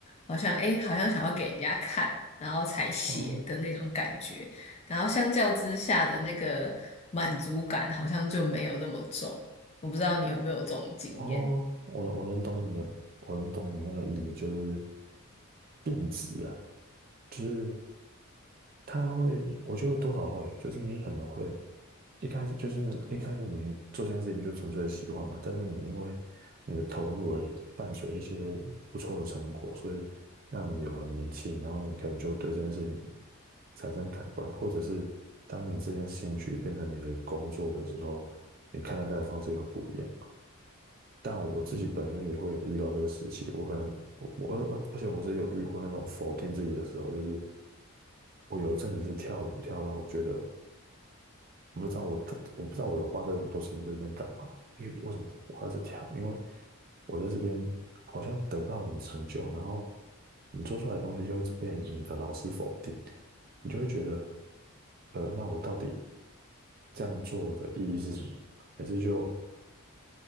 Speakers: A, on the left; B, on the right.
A: 好像，诶，好像想要给人家看，然后才写的那种感觉，
B: 哦
A: 然后相较之下的那个满足感好像就没有那么重，我不知道你有没有这种经验，
B: 哦，我能我能懂你的，我能懂你那个意义，就是变质了，就是他会，我觉得多少会，就是你可能会。一开始就是一开始你做这件事情就纯粹喜欢嘛，但是你因为你的投入而伴随一些不错的成果，所以让你有了名气，然后你可能就对这件事情产生改观，或者是当你这件兴趣变成你的工作的时候，你看待它的方式也会不一样。但我自己本身也会有遇到这个时期，我可能我我而且我是有遇过那种否定自己的时候，就是我有一阵子是跳舞跳到我觉得。我不知道我的，我不知道我花这么多时间在这边干嘛，为为什么我还在跳？因为我在这边好像得不到什么成就，然后你做出来的东西就会被你的老师否定，你就会觉得，呃，那我到底这样做的意义是什么？还是就